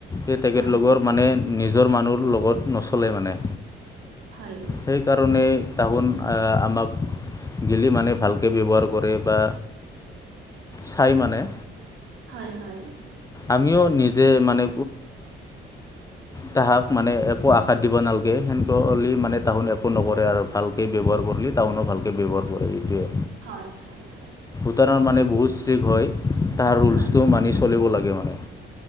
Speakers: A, on the left (about 15°); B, on the right (about 80°).
A: এই তেখেত
B: হয়
A: লগৰ মানে নিজৰ মানুহ লগত নচলে মানে।
B: হয়
A: সেইকাৰণে তাহোন আহ আমাক গেলি মানে ভালকৈ ব্যৱহাৰ কৰে বা চাই মানে।
B: হয়, হয়।
A: আমিও নিজে মানে তাহাক মানে একো আশাত দিব নালাগে সেনে লি মানে তাহন একো নকৰে আৰু ভালকৈ ব্যৱহাৰ কৰিল তাহনো ভালকৈ ব্যৱহাৰ কৰে এইটোৱে।
B: হয়, হয়, হয়।
A: ভূটানত মানে বহুত ষ্ট্ৰিক্ট হয়। তাৰ ৰোলচটো
B: হয় হয়
A: মানি চলিব লাগে মানে।